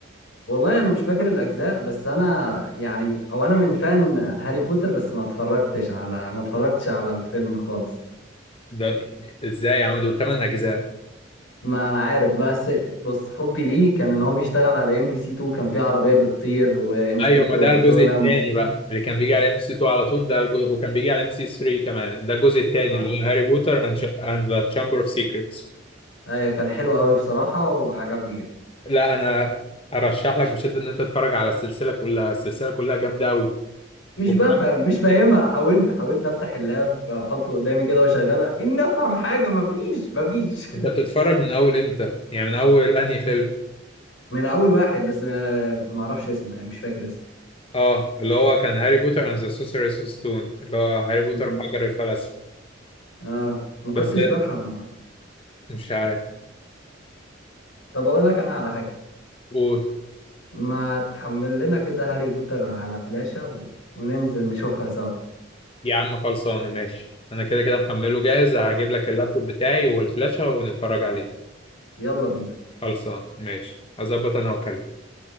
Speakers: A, on the left; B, on the left.
A: والله انا مش فاكر الاجزاء بس انا يعني او انا من فان هاري بوتر بس ما اتفرجتش على ما اتفرجتش على الفيلم خالص
B: ده ازاي يا عم دول 8 اجزاء
A: ما انا عارف بس بص حبي ليه كان ان هو بيشتغل على ام بي سي 2 كان في عربيه بتطير وانسبكتور
B: ايوه ما ده
A: باترونم
B: الجزء الثاني بقى اللي كان بيجي على ام سي 2 على طول ده الجزء وكان بيجي على ام سي 3 كمان ده الجزء الثاني
A: اه
B: اللي هو هاري بوتر اند ذا تشامبر اوف سيكريتس
A: ايوه كان حلو قوي بصراحه وعجبني جدا
B: لا انا ارشح لك بشده ان انت تتفرج على السلسله كلها السلسله كلها جامده قوي
A: مش
B: وكمان
A: بفهم مش فاهمها حاولت حاولت افتح اللاب واحطه قدامي كده واشغلها ان افهم حاجه مفيش مفيش
B: انت بتتفرج من اول امتى يعني من اول انهي فيلم
A: <laughs> من اول واحد بس ما ما اعرفش اسمه يعني مش فاكر اسمه
B: اه اللي هو كان هاري بوتر اند ذا سوسيرس ستون اللي هو هاري بوتر
A: <laughs>
B: وحجر
A: اه
B: الفلسفه
A: آه، ما كنتش
B: بس
A: بفهم
B: مش عارف
A: طب اقول لك انا على حاجه
B: ممكن
A: ما تحمل لنا كده هاري بوتر على فلاشة و... وننزل نشوفها سوا
B: يا عم خلصانه ماشي انا كده كده محمله جاهز هجيب لك اللابتوب بتاعي والفلاشة ونتفرج عليه
A: يلا بينا
B: خلصان ماشي هظبط انا واكلمك